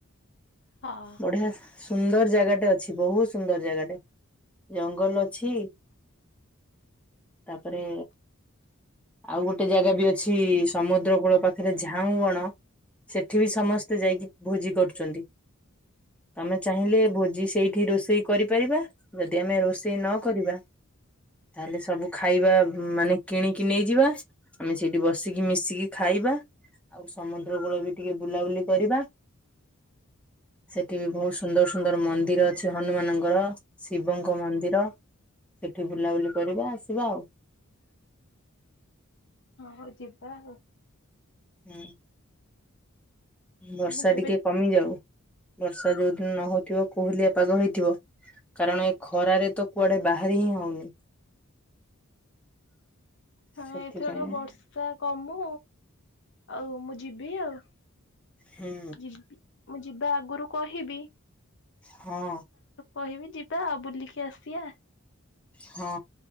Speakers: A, on the left (about 55°); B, in the centre.
A: ହଁ
B: ବଢିଆ। ସୁନ୍ଦର ଜାଗାଟେ ଅଛି ବହୁତ ସୁନ୍ଦର। ଜାଗାଟେ ଜଙ୍ଗଲ ଅଛି। ତାପରେ ଆଉ ଗୋଟେ ଜାଗା ବି ଅଛି ସମୁଦ୍ରକୂଳ ପାଖରେ ଝାଉଁବଣ ସେଠି ବି ସମସ୍ତେ ଯାଇକି ଭୋଜି କରୁଛନ୍ତି। ତମେ ଚାହିଁଲେ ଭୋଜି ସେଇଠି ରୋଷେଇ । କରିପାରିବା ଯଦି ଆମେ ରୋଷେଇ ନ କରିବା ତାହେଲେ ସବୁ ଖାଇବା ମାନେ କିଣିକି ନେଇଯିବା। ଆମେ ସେଇଠି ବସିକି ମିଶିକି ଖାଇବା ଆଉ ସମୁଦ୍ରକୂଳ ବି ଟିକେ ବୁଲାବୁଲି କରିବା। ସେଠି ବି ବହୁତ ସୁନ୍ଦର ସୁନ୍ଦର ମନ୍ଦିର ଅଛି ହନୁମାନଙ୍କ। ଗ ଶିବଙ୍କ ମନ୍ଦିର ସେଠି ବୁଲାବୁଲି କରିବା ଆସିବା ଆଉ।
A: ହଁ ହଉ ଯିବା ଆଉ।
B: ହୁଁ। ବର୍ଷା
A: ମୁଁ କେବେ
B: ଟିକେ କମିଯାଉ। ବର୍ଷା ଯୋଉଦିନ ନହବ । ଥିବ କୋହଲିଆ ପାଗ ହେଇଥିବ, କାରଣ ଏ ଖରାରେ ତ କୁଆଡେ ବାହାରି ହିଁ ହଉନି।
A: ହଁ
B: ସେଥିପାଇଁ
A: ଏଥରକ ବର୍ଷା କମୁ। ଆଉ ମୁଁ ଯିବି ଆଉ।
B: ହୁଁ
A: ଯିବି ମୁଁ ଯିବା ଆଗରୁ କହି ହିବି ।
B: ହଁ।
A: କହିବି ଯିବ୍ ବି ତ ବୁଲିକି ଆସିବା।
B: ହଁ